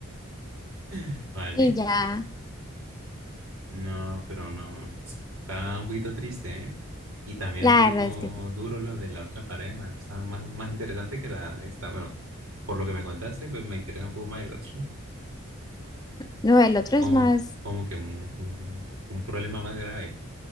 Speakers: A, on the right (about 80°); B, on the left (about 20°).
A: <laughs> Vale.
B: Y ya.
A: No, pero no. Está un poquito triste, ¿eh? Y también
B: La
A: un poquito
B: verdad es que sí.
A: duro lo de la otra pareja. Está más, más interesante que la de esta. Bueno, por lo que me contaste, pues me interesa un poco más el otro.
B: No, el otro
A: como,
B: es más,
A: como que un, un- un problema más grave.